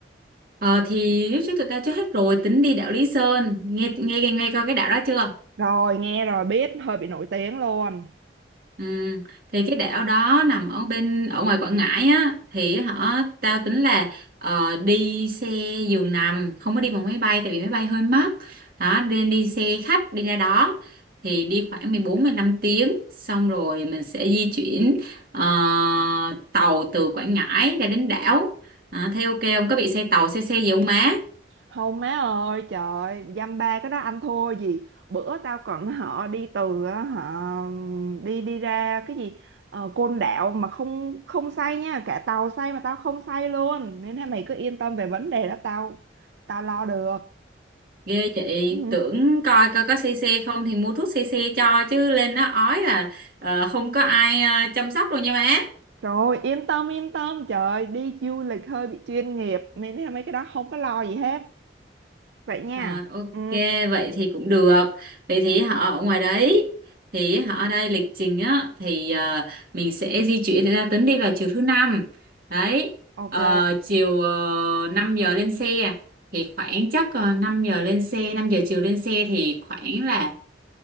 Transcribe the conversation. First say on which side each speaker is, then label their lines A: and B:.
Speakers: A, on the right; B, on the right.
A: Ờ, thì riết trước tụi tao chơi hết rồi tính đi đảo Lý Sơn nghe nghe nghe coi cái đảo đó chưa
B: Rồi nghe rồi biết, hơi bị nổi tiếng luôn.
A: ừ. thì cái đảo đó nằm ở bên ở ngoài Quảng Ngãi á thì họ tao tính là ờ, đi xe giường nằm không có đi bằng máy bay tại vì máy bay hơi mắc đó nên đi xe khách đi ra đó thì đi khoảng mười bốn mười 15 tiếng xong rồi mình sẽ di chuyển ờ, tàu từ Quảng Ngãi ra đến đảo à, thấy ok không có bị xe tàu xe xe gì không má
B: Không má ơi trời dăm ba cái đó anh thua gì bữa tao còn <laughs> họ đi từ á, họ đi đi ra cái gì ờ, Côn Đảo mà không không say nha cả tàu say mà tao không say luôn nên là mày cứ yên tâm về vấn đề đó tao tao lo được
A: Ghê vậy,
B: ừ.
A: tưởng coi coi có xe xe không thì mua thuốc xe xe cho chứ lên đó ói là ờ, không có ai ờ, chăm sóc đâu nha má.
B: Rồi yên tâm yên tâm trời đi du lịch hơi bị chuyên nghiệp nên thế mấy cái đó không có lo gì hết vậy nha
A: Rồi ok,
B: ừ
A: vậy thì cũng được. Vậy thì họ ở ngoài đấy thì họ ở đây lịch trình á thì ờ, mình sẽ di chuyển ra Tấn đi vào chiều thứ năm. Đấy.
B: ok
A: ờ, chiều uh, 5 giờ lên xe thì khoảng chắc uh, 5 giờ lên xe, 5 giờ chiều lên xe thì khoảng là